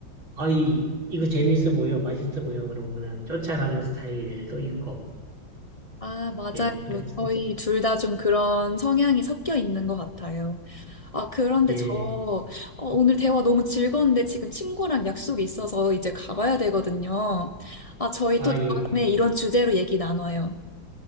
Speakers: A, on the right; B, on the left.
A: 아이 이거 재밌어 보여, 맛있어 보여 그러면 그냥 쫓아가는 스타일도 있고
B: 아, 맞아요.
A: 예 그렇
B: 저희
A: 그렇습니다.
B: 둘 다 좀 그런 성향이 섞여 있는 것 같아요. 아, 그런데
A: 예.
B: 저 어, 오늘 대화 너무 즐거운데 지금 친구랑 약속이 있어서 이제 가봐야 되거든요. 아, 저희
A: 아,
B: 또 다음에
A: 예, 예.
B: 이런 주제로 얘기 나눠요.